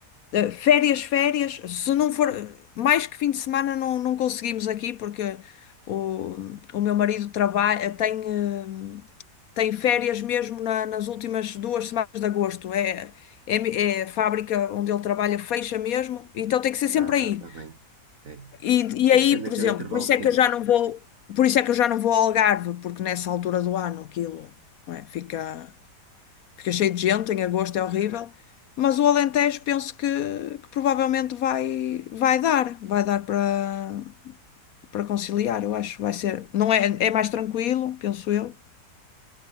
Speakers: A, on the left; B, on the right.
A: Eh, Férias, férias, se não for mais que fim de semana não, não conseguimos aqui porque o, o meu marido trabalha, tem, eh, tem férias mesmo na- nas últimas duas semanas de agosto. É, é, me- é a fábrica onde ele trabalha fecha mesmo, então tem que ser sempre
B: Ah,
A: aí.
B: está bem. É.
A: E, e
B: Tem
A: aí,
B: que ser naquele
A: por exemplo,
B: intervalo
A: por isso
B: de
A: é
B: tempo.
A: que eu já não vou, por isso é que eu já não vou ao Algarve, porque nessa altura do ano aquilo, não é, fica fica cheio de gente, em agosto é horrível. Mas o Alentejo penso que, que provavelmente vai, vai dar, vai dar para para conciliar, eu acho. Vai ser, não é, é mais tranquilo, penso eu.